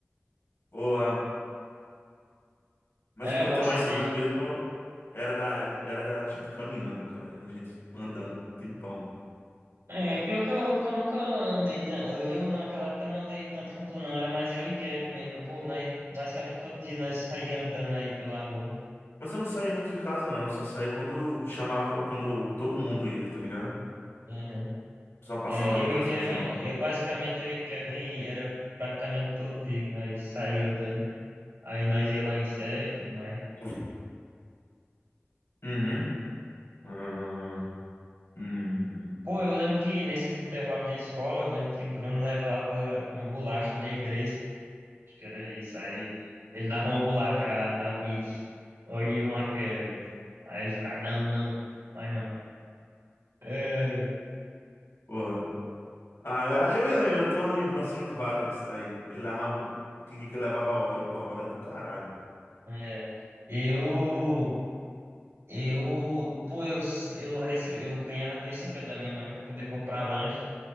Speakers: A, on the left; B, on the right.
A: Porra. Mas
B: Era
A: o que eu
B: bom
A: tenho
B: ser
A: mais saudade
B: besta.
A: mesmo era da, era da gente caminhando, cara. A gente andando um tempão.
B: É, pior que eu, que eu nunca andei tanto. Eu, eu naquela época não andei tanto com tu, não. Era mais eu e Kevin mesmo. Pô, nós basicamente todo dia nós <laughs> saíamos andando aí pela rua.
A: Mas eu não saía muito de casa, não. Só saía quando chamava, quando todo mundo ia, tá ligado?
B: Uhum.
A: Só passava
B: É,
A: lá
B: eu
A: em casa
B: e Kevin,
A: pra me chamar.
B: eu basicamente eu e Kevin era praticamente todo dia que nós saíamos andando. Aí nós ia lá em série e tudo mais.
A: Oi. Uhum. Ah, hum.
B: Pô, eu lembro que nesses intervalos da escola, eu lembro que Bruno levava uma bolacha negresa Acho que era isso. Aí ele dava uma bolacha a, a mim ou e uma a Kevin. Aí ele ficava, não, não, mas não. É,
A: Porra. Ah, eu, eu me lembro, eu tenho uma lembrança muito vaga disso daí. Ele levava, tinha dia que ele levava a hora, e pô, a hora é do caralho.
B: é. Eu, eu, pô, eu, eu, recebi, eu ganhava dois e cinquenta da minha mãe para poder comprar lanche.